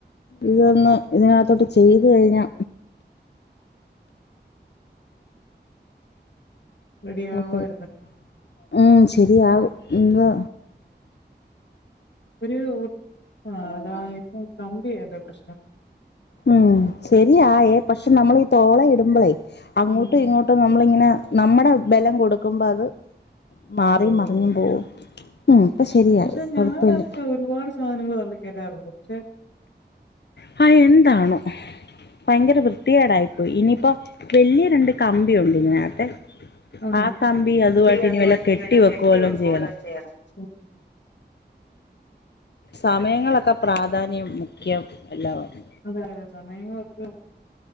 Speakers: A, on the left; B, on the left.
A: ഇതൊന്ന് ഇതിനകത്തോട്ട് ചെയ്തു കഴിഞ്ഞാ
B: റെഡിയാവുവായിര്ന്ന്
A: കുഴപ്പമില്ല ഉം ശരിയാവും ഇന്ന്
B: ഒരു ആഹ് അതായപ്പോ കമ്പിയല്ലേ പ്രശ്നം
A: ഉം ശരിയായേ പക്ഷെ നമ്മളി തോളെ ഇടുമ്പോളേ അങ്ങോട്ടും
B: ഉം.
A: ഇങ്ങോ ട്ടും നമ്മളിങ്ങനെ നമ്മടെ ബലം കൊടുക്കുമ്പത് മാറിയും
B: ഓ.
A: മറിഞ്ഞും പോകും ഉം പ്പ ശരിയായി.
B: പക്ഷെ
A: കൊഴപ്പമില്ല
B: ഞാനതില് ഒരുപാട് സാധനങ്ങള് തള്ളി കേറ്റാറുണ്ട് പക്ഷെ
A: ഹാ എന്താണോ ഭയങ്കര വൃത്തിയേടായിപ്പോയി ഇനിയിപ്പം വല്യ രണ്ട് കമ്പിയുണ്ട് ഇതിനകത്തെ
B: ആഹാ.
A: ആഹ് കമ്പി അതുവായിട്ട്
B: നീ അതുമായിട്ട്
A: ഇനി വല്ല കെട്ടി വെക്കുവല്ലോ
B: വെക്കു
A: ചെയ്യണം
B: വല്ലോം ചെയ്യണം പക്ഷെ
A: സമയങ്ങളൊക്കെ പ്രാധാന്യം മുഖ്യം എല്ലാവാണ്
B: അതെയതെ സമയങ്ങളൊക്കെ